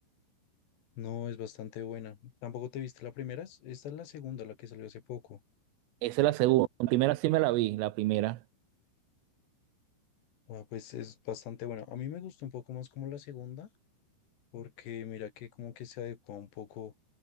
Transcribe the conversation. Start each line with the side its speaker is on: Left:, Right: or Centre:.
Left: No, es bastante buena. Tampoco te viste la primera. es- Esta es la segunda, la que salió hace poco.
Right: Esa es la segunda. La primera sí me la vi, la primera.
Left: Ah, pues es bastante buena. A mí me gustó un poco más como la segunda porque mira que como que se adecua un poco